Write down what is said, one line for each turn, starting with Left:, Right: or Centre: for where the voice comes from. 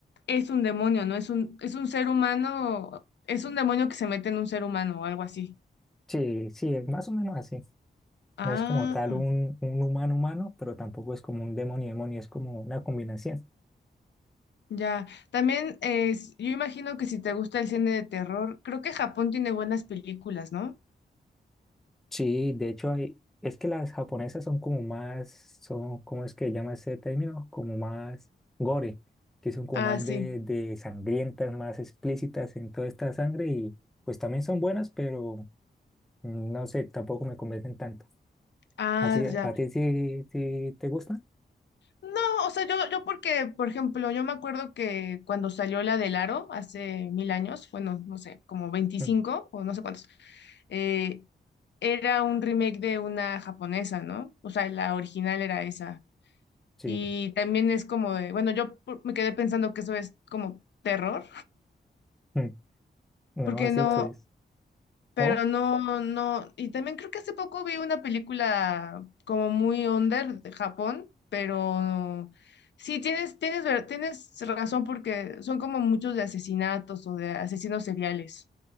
Left: es un demonio, ¿no? Es un, es un ser humano, es un demonio que se mete en un ser humano o algo así.
Centre: Sí, sí, es más o menos así.
Left: Ah.
Centre: No es como tal un, un humano humano, pero tampoco es como un demonio demonio, es como una combinación.
Left: Ya, también es, yo imagino que si te gusta el cine de terror, creo que Japón tiene buenas películas, ¿no?
Centre: Sí, de hecho hay, es que las japonesas son como más, son, ¿cómo es que se llama ese término? Como más gore, que son como
Left: Ah,
Centre: más
Left: sí.
Centre: de, de sangrientas, más explícitas en toda esta sangre y pues también son buenas, pero mm, no sé, tampoco me convencen tanto.
Left: Ah,
Centre: Así,
Left: ya.
Centre: ¿a ti sí, sí te gustan?
Left: No, o sea, yo, yo porque, por ejemplo, yo me acuerdo que cuando salió la del Aro hace mil años, bueno, no sé, como veinticinco
Centre: Mm,
Left: o no sé cuántos, eh, era un remake de una japonesa, ¿no? O sea, la original era esa.
Centre: Sí,
Left: Y también es como de, bueno, yo por- me quedé pensando que eso es como terror,
Centre: mm, no,
Left: porque
Centre: así
Left: no,
Centre: pues,
Left: Pero
Centre: ¿cómo?
Left: no, no, y también creo que hace poco vi una película como muy under de Japón, pero sí, tienes, tienes, ver- tienes razón porque son como muchos de asesinatos o de asesinos seriales.